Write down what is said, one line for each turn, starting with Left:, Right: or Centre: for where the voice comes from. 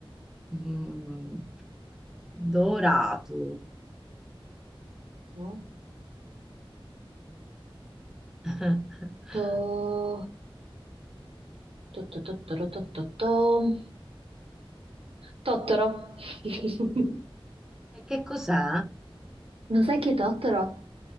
Centre: Mm. Dorato.
Right: Tu?
Centre: <laughs>
Right: To... to- to- Tottoro, to- to- to- Tottoro. <laughs>
Centre: E che cos'è?
Right: Non sai chi è Tottoro?